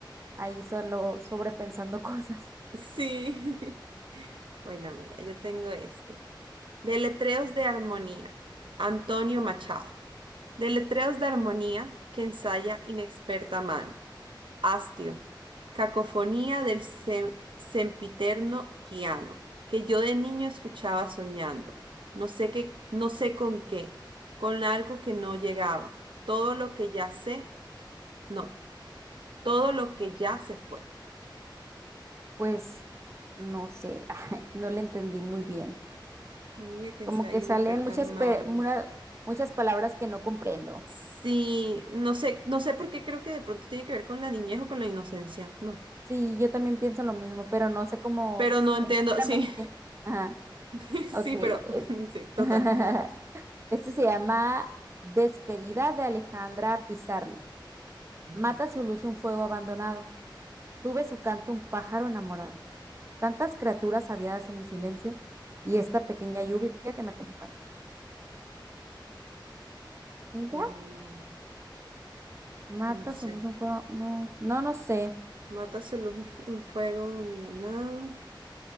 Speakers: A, on the right; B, on the right.
A: ahí solo sobrepensando <laughs> cosas.
B: sí. <laughs> Bueno, mira, yo tengo este. Deletreos de armonía. Antonio Machado. Deletreos de armonía que ensaya inexperta mano. Hastio. Cacofonía del sem- sempiterno piano, que yo de niño escuchaba soñando. No sé qué, no sé con qué, con algo que no llegaba. Todo lo que ya sé, no, todo lo que ya se fue.
A: Pues no sé, <laughs> no le entendí muy bien.
B: Armonía que
A: Como
B: ensaya
A: que salen
B: inexpertas
A: muchas,
B: manos.
A: pe- mura- muchas palabras que no comprendo.
B: Sí, no sé, no sé por qué creo que de pronto tiene que ver con la niñez o con la inocencia, no.
A: Sí, yo también pienso lo mismo, pero no sé cómo
B: Pero no entiendo,
A: exactamente.
B: sí,
A: Ajá,
B: <laughs>
A: ok.
B: sí, pero
A: es-
B: <laughs> sí, total.
A: <laughs> Este se llama Despedida de Alejandra Pizarnik.
B: Ujú.
A: Mata su luz un fuego abandonado. Tuve su canto un pájaro enamorado. Tantas criaturas aviadas en mi silencio y esta pequeña lluvia que me acompaña. ¿Y ya?
B: Mm,
A: Mata
B: no sé.
A: su luz un fuego. No, no, no sé.
B: Matas luz un, un fuego abandonado.